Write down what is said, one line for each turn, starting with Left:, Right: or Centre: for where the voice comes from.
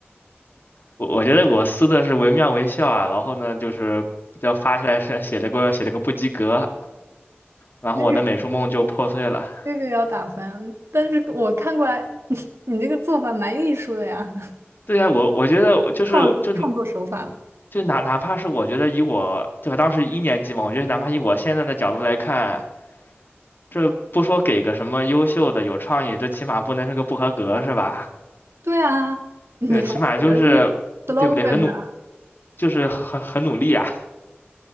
Left: 我我觉得我撕的是惟妙惟肖啊，然后呢，就是要发下来是写了个写了个不及格，然后我的美术梦就破碎了。
Right: 这个这个也要打分，但是我看过来，<laughs> 你你这个做法蛮艺术的呀，
Left: 对呀，我我觉得就是就
Right: <laughs> 创创作手法了。
Left: 就哪哪怕是我觉得以我对吧，当时一年级嘛，我觉得哪怕以我现在的角度来看，这不说给个什么优秀的有创意，这起码不能是个不合格是吧？
Right: 对啊，你还写了句
Left: 呃，起码就是对不对，
Right: slogan
Left: 很努
Right: 呢、
Left: 就是很很努力啊。